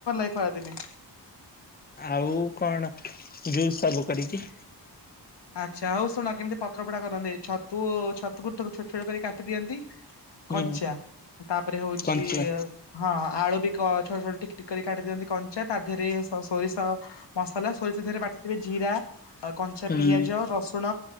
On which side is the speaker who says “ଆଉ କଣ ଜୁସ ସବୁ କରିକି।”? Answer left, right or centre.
Left